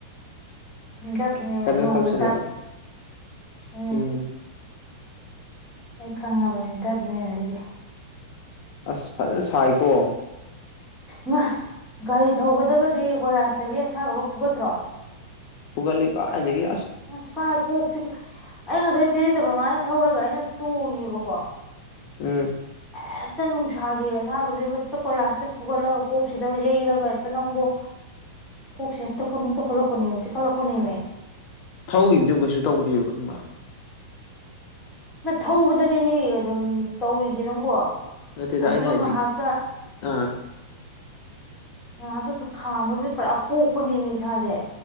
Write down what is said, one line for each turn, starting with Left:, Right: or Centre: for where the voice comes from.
Centre: ꯗꯞꯅꯦꯗ
Left: ꯀꯗ꯭ꯔꯛ ꯇꯧꯁꯜꯂꯝꯃꯦ
Centre: ꯗꯞ ꯎ
Left: ꯎꯝ
Centre: ꯑꯩ ꯈꯪꯉꯕꯅꯤ ꯗꯞꯅꯦꯅꯥꯂꯤꯁꯦ
Left: ꯑꯁ ꯐꯖꯅ ꯁꯥꯏꯀꯣ
Centre: ꯏꯃꯥ ꯒꯥꯔꯤ ꯊꯧꯕꯗꯒꯗꯤ ꯀꯣꯏꯂꯥꯁꯇꯒꯤ ꯑꯁꯥꯕꯒ ꯐꯨꯒꯠꯇ꯭ꯔꯣ
Left: ꯐꯨꯒꯠꯂꯦ ꯑꯗꯒꯤ
Centre: ꯑ ꯀꯥꯏ ꯀꯣꯛꯁꯤ ꯑꯩ ꯉꯁꯥꯏ ꯆꯦꯗꯕ ꯃꯥꯅ ꯊꯧꯔꯒ ꯑꯩꯅ ꯇꯣꯡꯉꯦꯕꯀꯣ
Left: ꯎꯝ
Centre: ꯍꯦꯛꯇ ꯅꯨꯡꯁꯥꯒꯤ ꯑꯁꯥꯕꯁꯤꯕꯨ ꯇ ꯀꯣꯏꯂꯥꯁꯇ ꯐꯨꯒꯠꯂꯒ ꯀꯣꯛꯁꯤꯗ ꯌꯩꯔꯒ ꯍꯦꯛꯇ ꯅꯪꯕꯨ
Left: <inaudible>
Centre: ꯀꯣꯛꯁꯦ ꯍꯦꯛꯇ ꯀꯩꯅꯣꯝ ꯇꯧꯈꯠꯂꯛꯄꯅꯦꯃꯤ ꯆꯤꯈꯠꯂꯛꯄꯅꯦꯃꯤ
Left: ꯊꯧꯈꯤꯕꯗꯃꯨꯛ ꯀꯩꯁꯨ ꯇꯧꯗꯦꯕ ꯈꯪꯕ꯭ꯔꯥ
Centre: ꯃꯥ ꯊꯧꯕꯗꯅꯦꯃꯤ ꯑꯗꯨꯝ ꯇꯧꯔꯤꯁꯦ ꯅꯪꯕꯣ
Left: ꯅꯠꯇꯦꯗ
Centre: ꯑꯗꯨꯒ
Left: ꯑꯩꯅ ꯍꯥꯏꯗꯤ
Centre: ꯉꯥꯏꯍꯥꯛꯀ
Left: ꯑꯥ
Centre: ꯉꯥꯏꯍꯥꯛꯀꯀꯥ ꯈꯥꯝꯕꯗꯨꯗꯥ ꯄꯨꯔꯥ ꯄꯣꯛꯄꯅꯦꯃꯦ ꯏꯁꯥꯁꯦ